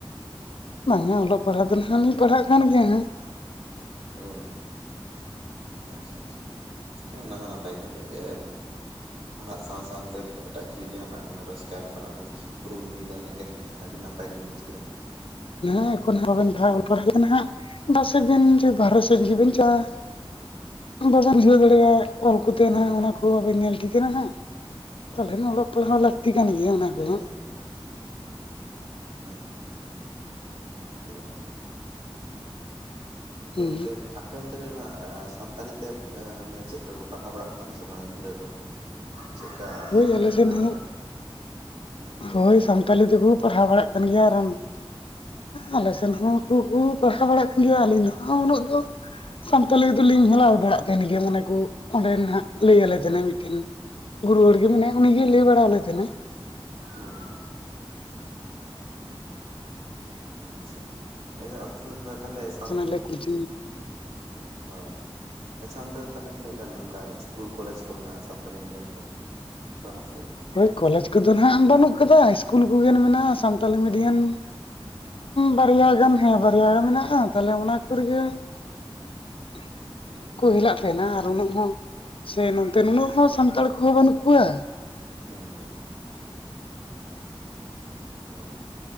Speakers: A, on the left; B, on the right.
A: ᱵᱟᱝ-ᱟ ᱚᱞᱚᱜ ᱯᱟᱲᱦᱟᱣ ᱫᱚ ᱱᱟᱦᱟᱸᱜ ᱞᱤᱧ ᱯᱟᱲᱦᱟᱜ ᱠᱟᱱ ᱜᱮᱭᱟ ᱦᱟᱸᱜ
B: ᱚ ᱟᱪᱪᱷᱟ ᱟᱪᱪᱷᱟ ᱦᱮ ᱚᱱᱟ ᱱᱟᱯᱟᱭ ᱠᱟᱛᱷᱟ ᱜᱮ ᱯᱟᱲᱦᱟᱜ ᱥᱟᱶᱟ ᱥᱟᱶᱟᱛᱮ ᱮᱴᱟᱜ ᱠᱤᱪᱷᱩ ᱡᱟᱦᱟᱱᱟᱜ ᱨᱳᱡᱽᱜᱟᱨ ᱨᱮᱱᱟᱜ ᱵᱤᱱ ᱠᱩᱨᱩ-ᱢᱩᱴᱩᱭ ᱫᱟ ᱚᱱᱟᱜᱮ ᱟᱹᱰᱤ ᱱᱟᱯᱟᱭ ᱟᱹᱰᱤ ᱱᱟᱯᱟᱭ ᱞᱤᱧ ᱵᱩᱪ ᱠᱮᱫᱟ
A: ᱮᱠᱷᱚᱱ ᱼᱼ ᱚᱞ ᱯᱟᱲᱦᱟᱣ ᱯᱟᱥᱮᱫ ᱵᱤᱱ ᱵᱟᱦᱨᱮ ᱥᱮᱫ ᱜᱮᱵᱮᱱ ᱪᱟᱞᱟᱜᱼᱟ ᱵᱟᱵᱮᱱ ᱵᱷᱤᱨᱟᱹᱣ ᱫᱟᱲᱮ ᱟ ᱚᱞ ᱠᱚᱛᱮ
B: ᱦᱩᱸ
A: ᱱᱟ ᱦᱟᱸᱜ
B: ᱦᱩᱸ
A: ᱚᱱᱟ ᱠᱚ
B: ᱦᱩᱸ
A: ᱟᱵᱮᱱ ᱧᱮᱞ ᱴᱷᱤᱠᱱᱟ ᱦᱟᱸᱜ ᱛᱟᱦᱚᱞᱮ ᱚᱞᱚᱜ ᱯᱟᱲᱦᱟᱜ ᱦᱟ ᱛᱤ ᱠᱟᱱᱟ ᱜᱮᱭᱟ ᱚᱱᱟ ᱠᱚᱫᱚ
B: ᱮᱠᱫᱚᱢ ᱮᱠᱫᱚᱢ <unintelligible> ᱛᱚ
A: ᱦᱩᱸ
B: ᱜᱚᱝᱠᱮ ᱚᱱᱛᱮ ᱨᱮ ᱚᱱᱟ ᱥᱟᱱᱛᱟᱞᱤ ᱛᱮ ᱪᱮᱫᱠᱟ ᱠᱚ ᱯᱟᱲᱦᱟᱣ ᱵᱟᱲᱟᱜ ᱠᱟᱱᱟ ᱠᱚ ᱥᱮ ᱵᱟᱝ ᱜᱤᱫᱽᱨᱟᱹ ᱠᱚ ᱪᱮᱫᱠᱟ ᱟᱯᱮ
A: ᱦᱳᱭ
B: ᱚᱱᱛᱮ
A: ᱟᱞᱮ
B: ᱨᱮ
A: ᱥᱮᱱ
B: ᱟᱢᱚᱜ
A: ᱦᱚᱸ
B: ᱠᱟᱱᱟ ᱦᱮ ᱞᱟ. ᱭ ᱢᱮ
A: ᱦᱳᱭ ᱥᱟᱱᱛᱟᱞᱤ ᱛᱮᱠᱚ ᱯᱟᱲᱦᱟᱣ ᱵᱟᱲᱟᱜ ᱠᱟᱱ ᱜᱮᱭᱟ ᱟᱨ ᱮᱢ ᱟᱞᱮ ᱥᱮᱱ ᱦᱚᱸ ᱠᱚᱠᱚ ᱯᱟᱲᱦᱟᱣ ᱵᱟᱲᱟᱜ ᱠᱟᱱ ᱜᱮᱭᱟ ᱟᱹᱞᱤᱧ ᱫᱚ ᱦᱟᱸᱜ ᱩᱱᱟᱹᱜ ᱫᱚ ᱥᱟᱱᱛᱟᱞᱤ ᱫᱚᱞᱤᱧ ᱦᱮᱞᱟᱣ ᱵᱟᱲᱟᱜ ᱛᱟᱦᱮᱱ ᱜᱮᱭᱟ ᱢᱚᱱᱮ ᱠᱚ ᱚᱸᱴᱰᱮ ᱞᱟᱹᱭ ᱟᱞᱮ ᱛᱟᱦᱮᱸᱱᱟ ᱢᱤᱫᱴᱤᱱ ᱜᱩᱨᱩ ᱦᱚᱲ ᱜᱮ ᱢᱮᱱᱟᱭᱟ ᱩᱱᱤ ᱜᱮ ᱞᱟᱹᱭ ᱵᱟᱲᱟ ᱟᱞᱮ ᱛᱟᱦᱮᱱᱟᱭ
B: ᱦᱩ ᱦᱩ ᱟᱪᱪᱷᱟ ᱮᱭᱟ ᱚᱱᱛᱮ ᱛᱟᱦᱞᱮ ᱥᱟᱱᱹᱹᱹ
A: ᱟᱞᱮ ᱠᱩᱪ
B: ᱦᱚ ᱟᱪᱪᱷᱟ ᱚᱱᱛᱮ ᱫᱚ ᱛᱟᱦᱚᱞᱮ ᱛᱤᱱᱟᱹᱜ ᱜᱟᱱ ᱚᱱᱠᱟ ᱤᱥᱠᱩᱞ ᱠᱚᱞᱮᱡᱽ ᱠᱚ ᱢᱮᱱᱟᱜᱼᱟ ᱥᱟᱱᱛᱟᱞᱤ ᱢᱤᱰᱤᱭᱟᱢ ᱛᱮ, ᱦᱟᱱᱟᱥᱟᱭᱤᱴ
A: ᱦᱳᱭ ᱠᱚᱞᱮᱡᱽ ᱠᱚᱫᱚ ᱦᱟᱸᱜ ᱵᱟᱹᱱᱩᱜ ᱠᱟᱫᱟ ᱤᱥᱠᱩᱞ ᱠᱚᱜᱮ ᱢᱮᱱᱟᱜᱼᱟ ᱥᱟᱱᱛᱟᱞᱤ ᱢᱤᱰᱤᱭᱟᱢ ᱵᱟᱨᱭᱟ ᱜᱟᱱ ᱦᱮ ᱵᱟᱨᱭᱟ ᱜᱟᱱ ᱢᱮᱱᱟᱜᱼᱟ ᱛᱟᱦᱞᱮ ᱚᱱᱟ ᱠᱚᱨᱮ ᱜᱮ <inaudible>
B: ᱦᱩᱸ
A: ᱠᱚ ᱦᱮᱞᱟᱜ ᱛᱟᱦᱮᱱᱟ ᱟᱨ ᱩᱱᱟᱹᱜ ᱦᱚ ᱥᱮ ᱱᱚᱛᱮ ᱦᱚ ᱥᱟᱱᱛᱟᱲ ᱠᱚᱦᱚ ᱵᱟᱹᱱᱩᱜ ᱠᱚᱣᱟ
B: ᱦᱩ ᱦᱩ ᱦᱩ ᱦᱳᱭ